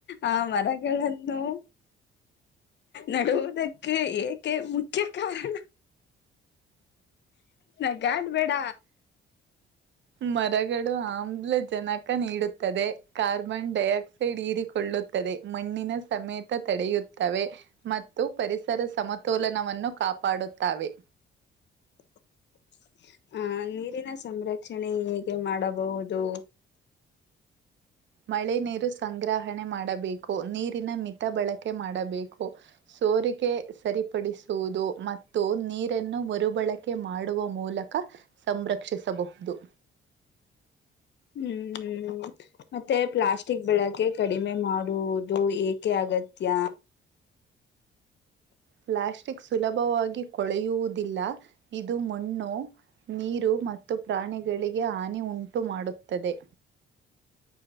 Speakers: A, on the left; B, on the right.
A: ಆ ಮರಗಳನ್ನು ನಡುವುದಕ್ಕೆ ಏಕೆ ಮುಖ್ಯ ಕಾರಣ ನ ಗಾಡ್ ಬೇಡ
B: ಮರಗಳು ಆಮ್ಲಜನಕ ನೀಡುತ್ತದೆ ಕಾರ್ಬನ್ ಡೈಆಕ್ಸೈಡ್ ಹೀರಿಕೊಳ್ಳು ಮಣ್ಣಿನ ಸಮೇತ ತಡೆಯುತ್ತವೆ ಮತ್ತು ಪರಿಸರ ಸಮತೋಲನವನ್ನು ಕಾಪಾಡುತ್ತವೆೆ
A: <inaudible> ಹ ನೀರಿನ ಸಂರಕ್ಷಣೆ ಹೀಗೆ ಮಾಡಬಹುದು
B: ಮಳೆ ನೀರು ಸಂಗ್ರಹಣೆ ಮಾಡಬೇಕು ನೀರಿನ ಮಿತ ಬಳಕೆ ಮಾಡಬೇಕು ಸೋರಿಗೆ ಸರಿ ಪಡಿಸುವುದು ಮತ್ತು ನೀರನ್ನು ಮರುಬಳಕೆ ಮಾಡುವ ಮೂಲಕ ಸಂರಕ್ಷಿಸಬಹುದು
A: ಹ್ಮ್ ಮತ್ತೆ ಪ್ಲಾಸ್ಟಿಕ್ ಬೆಳಕೆ ಕಡಿಮೆ ಮಾಡುವ ಇದು ಏಕೆ ಅಗತ್ಯ
B: ಪ್ಲಾಸ್ಟಿಕ್ ಸುಲಭವಾಗಿ ಕೊಳೆಯುವುದಿಲ್ಲ ಇದು ಮಣ್ಣು ನೀರು ಮತ್ತು ಪ್ರಾಣಿಗಳಿಗೆ ಹಾನಿ ಉಂಟು ಮಾಡುತ್ತದೆ